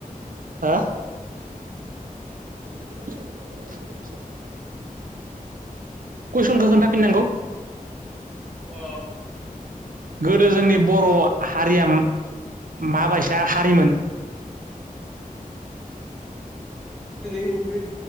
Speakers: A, on the right (about 70°); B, in the centre.
A: हो <inaudible> कुइसनखौ खोन्थाफिननांगौ
B: अ
A: गोदो जोंनि बर' हारिया माबायसा हारिमोन
B: जों मग